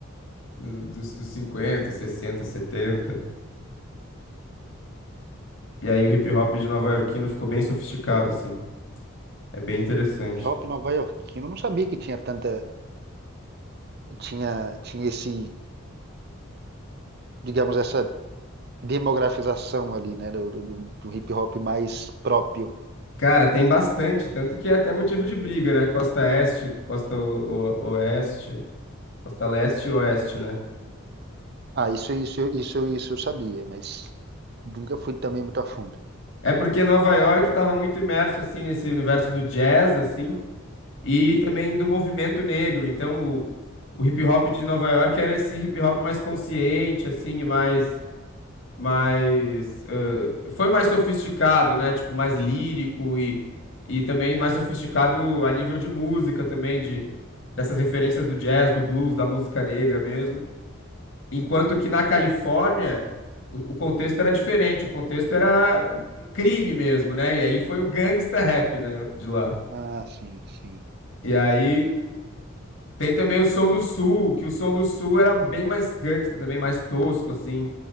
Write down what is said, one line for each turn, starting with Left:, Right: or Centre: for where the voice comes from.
Left: no- dos, dos 50, 60, 70. E aí o hip hop de nova Yorkino ficou bem sofisticado, assim. É bem interessante.
Right: Hip hop nova-iorquino, eu não sabia que tinha tanta, tinha, tinha esse, digamos, essa demografização ali, né, do, do, do- do hip hop mais próprio.
Left: Cara, tem bastante, tanto que é até motivo de briga, né? Costa Este, Costa o- o- Oeste, Costa Leste e Oeste, né?
Right: Ah, isso, isso, isso, isso eu sabia, mas nunca fui também muito a fundo.
Left: É porque Nova York estava muito imerso, assim, nesse universo do jazz, assim, e
Right: Uhum.
Left: também do movimento negro. Então, o, o hip hop de Nova York era esse hip hop mais consciente, assim, e mais, mais foi mais sofisticado, né? Tipo, mais lírico e, e também mais sofisticado a nível de música também, de, dessas referências do jazz, do blues, da música negra mesmo. Enquanto que na Califórnia o, o contexto era diferente, o contexto era crime mesmo, né? E aí foi o gangsta rap, né, de lá.
Right: Ah, sim, sim.
Left: E aí Tem também o Som do Sul, que o Som do Sul era bem mais gangsta também, mais tosco, assim,